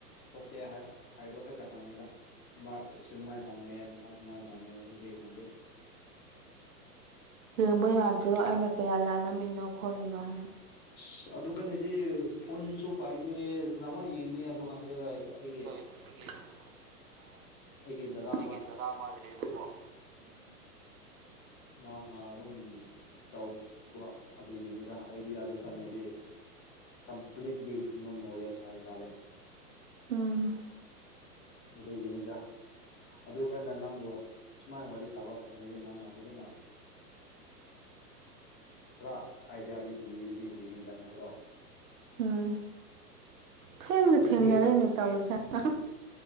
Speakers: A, on the left; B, on the right.
A: ꯊꯣꯛꯇꯦ ꯍꯥꯏꯕ ꯈꯛꯇ ꯈꯪꯉꯦꯗ ꯃꯥꯛ ꯁꯨꯃꯥꯏꯅ ꯐꯪꯉꯦ ꯃꯥꯁꯨ ꯃꯥꯏꯅ ꯐꯪꯉꯦ ꯑꯗꯨꯗꯤ ꯈꯪꯗꯦ
B: ꯌꯦꯡꯕ ꯌꯥꯗ꯭ꯔꯣ ꯑꯩꯅ ꯀꯌꯥ ꯂꯥꯜꯂꯝꯃꯤꯅꯣ ꯈꯣꯠꯂꯤꯅꯣ ꯍꯥꯏꯅ
A: ꯑꯁ ꯑꯗꯨꯒꯅꯤꯗꯤ ꯐꯨꯟꯁꯨ ꯄꯥꯏꯗꯦ ꯀꯝꯃꯥꯏꯅ ꯌꯦꯡꯅꯤ ꯑꯗꯨ ꯈꯪꯗꯦꯗ ꯑꯩꯈꯣꯏ ꯑꯩꯒꯤ
B: ꯑꯣ ꯑꯩꯒꯤꯗꯨꯕꯨ ꯊꯥ
A: ꯑꯩꯒꯤ ꯗꯥꯗ
B: ꯑꯩꯒꯤ ꯗꯥꯗꯥ ꯑꯃꯥ ꯂꯩ ꯌꯦꯕꯥꯀꯣꯎꯝ
A: ꯃꯥꯅ ꯑꯗꯨꯝ ꯇꯧꯕ ꯑꯗꯨꯒꯤ ꯃꯤꯗ ꯑꯩꯗꯤ ꯑꯗꯨ ꯀꯩꯅꯦꯗꯤ ꯀꯝꯄ꯭ꯂꯤꯠꯂꯤ ꯅꯣ ꯅꯣꯂꯦꯖ ꯍꯥꯏꯕ ꯇꯥꯔꯦ
B: ꯎꯝ
A: ꯑꯗꯨꯒꯤꯅꯤꯗ ꯑꯗꯨꯒꯅꯥ ꯅꯪꯕꯨ ꯁꯨꯃꯥꯏꯅ ꯋꯥꯔꯤ ꯁꯥꯕ ꯐꯪꯉꯗꯤ ꯅꯪꯅ ꯐꯖꯅ ꯈꯔ ꯑꯥꯏꯗꯤꯌꯥꯗꯤ ꯄꯤꯕꯗꯤ ꯄꯤꯅꯤꯗ꯭ꯔꯥ ꯅꯠꯇ꯭ꯔꯣ
B: ꯎꯝ ꯊꯦꯡꯅ
A: ꯑꯗꯨꯒꯤ
B: ꯊꯦꯡꯅꯔꯦꯅꯦ ꯇꯧꯔꯤꯁꯦ ꯑꯍꯥ